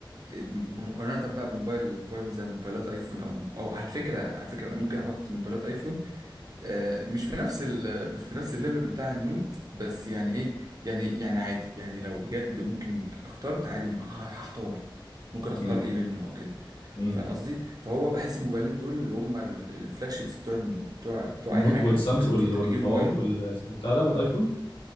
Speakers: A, on the right; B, on the left.
A: آه، بمقارنة بقى بموبايل موبايل زي موبايلات ايفون او او على فكرة على فكرة ممكن احط موبايلات ايفون آه، مش في نفس ال مش في نفس الليفل بتاع النود بس يعني ايه يعني يعني عادي يعني لو بجد ممكن اخترت عادي ه- هختار ممكن اختار
B: مم.
A: ايه بينهم او كده
B: مم.
A: فاهم قصدي فهو بحس ان الموبايلين دول اللي هم الفلاج شيبس بتوع بتوع بتوع
B: النوت
A: اي حاجه
B: والسامس
A: انت ممكن
B: وال
A: انت
B: وال
A: بتجيب موبايل
B: وال بتاع ده والايفون